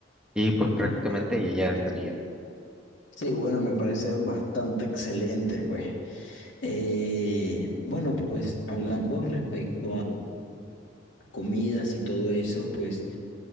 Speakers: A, in the centre; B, on the left.
A: y pues prácticamente
B: Ok.
A: y ya estaría.
B: Sí, bueno, me parece bastante excelente, pues. Eh, bueno, pues hablando respecto a comidas y todo eso, pues